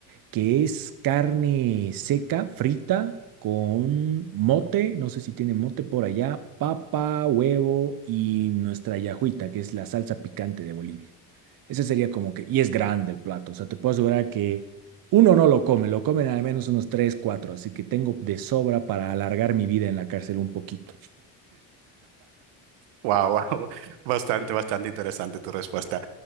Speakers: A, on the right (about 55°); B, on the right (about 80°).
A: que es carne seca, frita, con mote, no sé si tiene mote por allá, papa, huevo y nuestra yajuita, que es la salsa picante de Bolivia. Ese sería como que, y es grande el plato, o sea, te puedo asegurar que uno no lo come, lo comen al menos unos tres, cuatro, así que tengo de sobra para alargar mi vida en la cárcel un poquito.
B: Wow, wow, <laughs> bastante, bastante interesante tu respuesta.